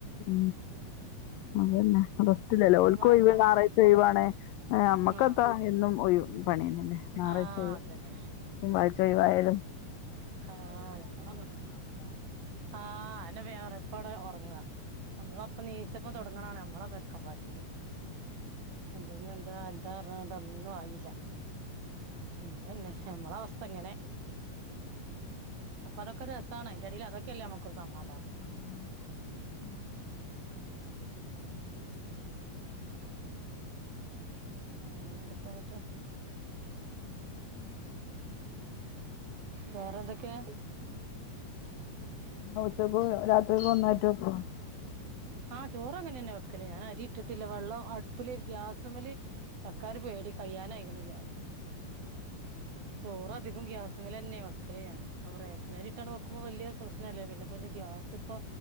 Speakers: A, on the left (about 85°); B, on the right (about 65°).
A: ഉ അതന്നെ റസ്റ്റ്ല്ലല്ലോ
B: അയിനൊരു
A: ഓല്ക്
B: മാറ്റം
A: ഒഴിവ്
B: വേണ്ടേ
A: നാരാഴ്ച ലീവാണ് ഞമ്മക്കെത്താ
B: ആഹ്
A: എന്നും ഒയ് പണിയന്നല്ലെ ഞാറാഴ്ച്ച
B: ആഹ്
A: ഒയ്
B: അതന്നെ
A: <unintelligible> ഴ്ച്ച ഒയ്വായാലും
B: ആഹ് ഞമ്മളൊർങ്ങ ആഹ് <unintelligible> ഇപ്പവടെ ഒറങ്ങാ ഞമ്മളപ്പം നീച്ചപ്പം തൊടങ്ണാണ് ഞമ്മളെ പരക്കം പാച്ചില് ത് ഞ്ഞിയെ ന്താ എന്താ <unintelligible> ഒന്നായില്ല അങ്ങനെന്നെ നമ്മള അവസ്ഥ ഇങ്ങനെ
A: ഉം ഉം
B: അപ്പ അതൊക്കെ രസാണ്. അതിന്റെടിയിൽ അതൊക്കെയല്ലേ നമക്കൊരു സമാധാനം.
A: അതെ
B: <unintelligible> എന്തൊക്കെ ന്ന്ട്ട്
A: ഉം ഉം
B: വേറെ എന്തൊക്കെയ
A: ഉച്ചയ്ക്കും രാത്രിക്കും ഒന്നായിട്ട് വെക്കോ
B: ആഹ് ചോറ് അങ്ങനെ തന്നെ വെക്കലേ ഞാൻ അരി ഇട്ടിട്ടില്ല വെള്ളം അടുപ്പില് ഗ്യാസുമേല് വക്കാന് പേടി കയ്യാനനിക്ണ് ഗ്യാസ് ചോറധികും ഗ്യാസ്മ്മെലെന്നെ വെ. ക്കല് ഞാൻ <unintelligible> റേഷനരിയിട്ട് വെക്കുമ്പോ വലിയ പ്രശ്നം ഇല്ല പിന്നെഇപ്പം ഗ്യാസ് പ്പൊ.